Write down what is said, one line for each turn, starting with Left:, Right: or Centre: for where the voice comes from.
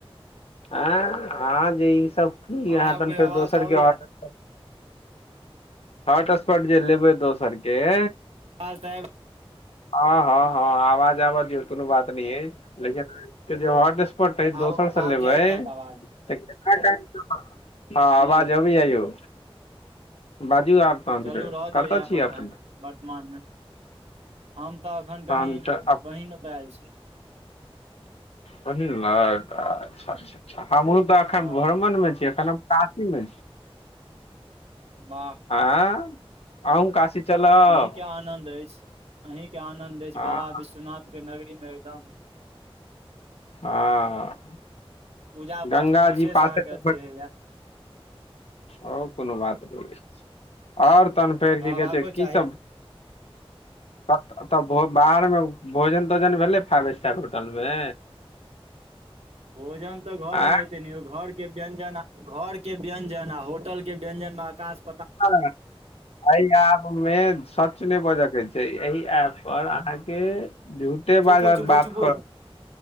Left: एं अहाँ जे ई सब ई
Right: हँ
Left: अहाँ
Right: आब
Left: तहन
Right: कहियो
Left: फेर
Right: आवाज
Left: दोसर
Right: तऽ अबैया
Left: के ऑर्डर हॉटस्पॉट जे लेबै दोसर केे
Right: अवाज ते आएब
Left: हाँ। हाँ, हाँ अवाज आबे दियो कुनू बात <unintelligible> पॉट जे दोसर
Right: आब
Left: से
Right: आब
Left: लेबै
Right: जाइत हैत आवाज
Left: <unintelligible> हाँ
Right: जी
Left: अवाज आबै या यौ। बा <unintelligible>
Right: चलू
Left: के,
Right: रहऽ दियौ
Left: कता
Right: इएह
Left: छी
Right: पर तहन
Left: अपने।
Right: वर्तमानमे हम त अखन
Left: तहन
Right: कनि
Left: तऽ अप
Right: बहिन ओते आएल छी।
Left: बहिन लग आच्छा आच्छा। हमु तऽ अखन
Right: हँ
Left: भ्रमण मे छी, अखन हम काशी मे।
Right: वाह
Left: आँ। अहूं काशी चलब
Right: अहीं के आनंद एछ, अहीं के आनंद एछ,
Left: हँ
Right: बाबा विश्वनाथ के नग री मे एकदम
Left: आहा।
Right: पूजा पाठ
Left: गंगा
Right: मे विशेष
Left: जी पासे
Right: अहाँके अथी
Left: ते
Right: रहैया
Left: और कुनो बात नै या। और तहन फेर
Right: रहबाको
Left: की कहै छै की
Right: चाही
Left: सब तब भो बाहर मे भोजन-तोजन भेलै फाइव स्टार होटल मे।
Right: भोजन ते घर
Left: आँ
Right: में हेते ने यो, घर के व्यंजन, घर के व्यंजन आ होटल के व्यंजन मे अकाश
Left: हाँ ए याब मे सच नै बाजय के छै, एहि आ पर अहाँ के झूठे
Right: चुपू
Left: बाजत
Right: चुपू
Left: बात
Right: चुपू
Left: कर